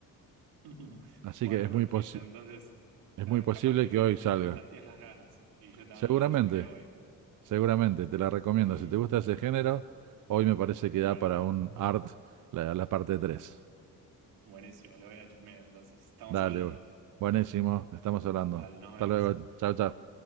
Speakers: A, on the right (about 85°); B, on the right (about 55°).
A: <laughs>
B: Así
A: Bueno,
B: que es
A: perfecto.
B: muy posi-
A: Entonces,
B: es
A: eh,
B: muy posible
A: capaz que
B: que
A: me,
B: hoy
A: me
B: salga.
A: contagias las ganas y yo también
B: Seguramente,
A: la chusmeo hoy.
B: seguramente, te la recomiendo.
A: <laughs>
B: Si te gusta ese género, hoy me parece que
A: Bueno,
B: da para
A: dale.
B: un Art la, la parte tres
A: Buenísimo, lo voy a chusmear entonces. Estamos
B: Dale,
A: hablando.
B: güey. Buenísimo, estamos hablando.
A: Dale, nos
B: Hasta
A: vemos.
B: luego, chao, chao.